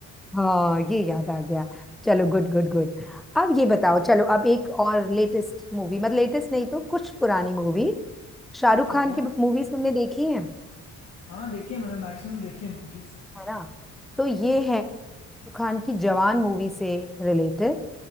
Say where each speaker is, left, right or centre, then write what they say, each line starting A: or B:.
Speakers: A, in the centre; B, on the left.
A: हाँ ये याद आ गया चलो गुड गुड गुड अब ये बताओ चलो अब एक और लेटेस्ट मूवी मतलब लेटेस्ट नहीं तो कुछ पुरानी मूवी शाहरुख
B: ठीक
A: खान
B: है
A: की मूवीज तुमने देखी है
B: हाँ देखिए मैंने मैक्सिमम देखी है मूवीज
A: है ना तो ये है शाहरुख खान की जवान मूवी से रिलेटेड